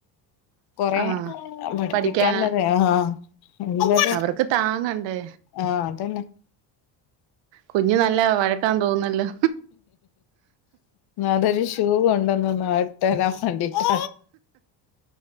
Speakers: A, on the left; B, on the right.
A: കൊറെ
B: ആഹ്
A: പഠിപ്പിക്കാല്ലതേ
B: പഠിക്കാന്
A: ആഹ് നല്ലത്
B: അവർക്ക് താങ്ങണ്ടേ
A: ആഹ് അതന്നെ
B: കുഞ്ഞ് നല്ല വഴക്കാന്ന് തോന്നുന്നല്ലോ
A: അതൊരു ഷൂ കൊണ്ടന്നന്നാഅഹ് ഇട്ടേരാം വാണ്ടിട്ടാ